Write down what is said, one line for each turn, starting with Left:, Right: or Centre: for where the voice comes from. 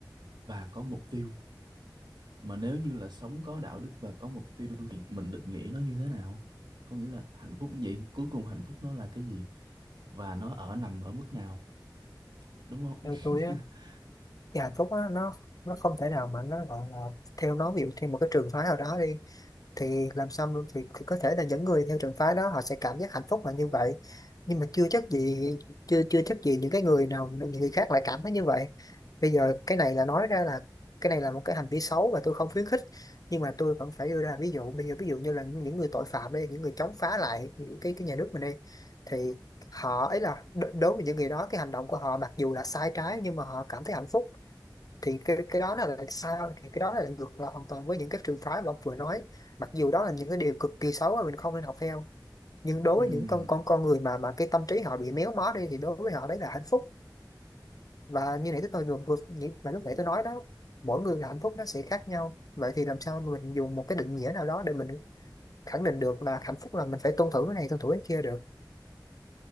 Right: và có mục tiêu mà nếu như là sống có đạo đức và có mục tiêu thì mình định nghĩa nó như thế nào có nghĩa là hạnh phúc vậy cuối cùng hạnh phúc nó là cái gì và nó ở nằm ở mức nào đúng không
Left: theo tôi á
Right: <laughs>
Left: thì hạnh phúc á, nó nó không thể nào mà nó gọi là theo nó ví dụ theo một cái trường phái nào đó đi thì làm sao mà- thì, thì có thể là những người theo trường phái đó họ sẽ cảm giác hạnh phúc là như vậy nhưng mà chưa chắc gì chưa chưa chắc gì những cái người nào những người khác lại cảm thấy như vậy bây giờ cái này là nói ra là cái này là một cái hành vi xấu và tôi không khuyến khích nhưng mà tôi vẫn phải đưa ra ví dụ bây giờ ví dụ như là những người tội phạm đi những người chống phá lại những cái cái nhà nước mình đi thì họ ấy là đ- đối với những người đó cái hành động của họ mặc dù là sai trái nhưng mà họ cảm thấy hạnh phúc thì cái cái đó là sao thì cái đó là ngược lại hoàn toàn với những cái trường phái mà ông vừa nói mặc dù đó là những cái điều cực kỳ xấu mà mình không nên học theo nhưng đối
Right: Ừm,
Left: với những con con con người mà mà cái tâm trí họ bị méo mó đi thì đối với họ đấy là hạnh phúc và như nãy tôi vừa vừa như- mà lúc nãy tôi nói đó mỗi người là hạnh phúc nó sẽ khác nhau vậy thì làm sao mình dùng một cái định nghĩa nào đó để mình khẳng định được là hạnh phúc là mình phải tuân thủ cái này tuân thủ cái kia được